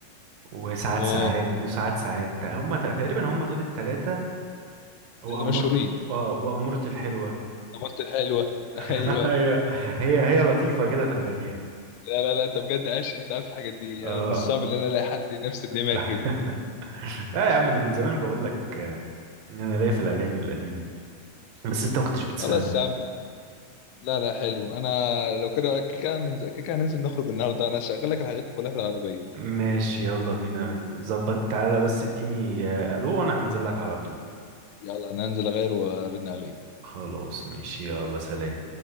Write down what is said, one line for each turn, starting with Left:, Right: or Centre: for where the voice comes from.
Right: وساعات
Left: اه
Right: ساعات وساعات ساعات هم تقريبا هم دول التلاتة وأمورت
Left: اللي مشهورين
Right: اه وأمورتي الحلوة
Left: مرت الحلوه <laughs>
Right: <laughs>
Left: ايوه
Right: هي هي هي لطيفة كده في اغانيها
Left: لا لا لا انت بجد عايش انت عارف الحاجات دي
Right: اه
Left: انا من الصعب ان انا الاقي حد نفس الدماغ
Right: <laughs>
Left: كده
Right: اه يا عم انا من زمان بقول لك آه، ان انا ليا في الاغاني القديمة بس انت ما كنتش بتسألني
Left: خلاص يا عم لا لا حلو انا لو كده كده هننزل كده هننزل نخرج النهارده انا هشغل لك الحاجات دي كلها في العربيه
Right: ماشي يلا بينا ظبط تعالى بس اديني آه، الو وانا هنزل لك على طول
Left: يلا انا هنزل اغير وارن عليك
Right: خلاص ماشي يلا سلام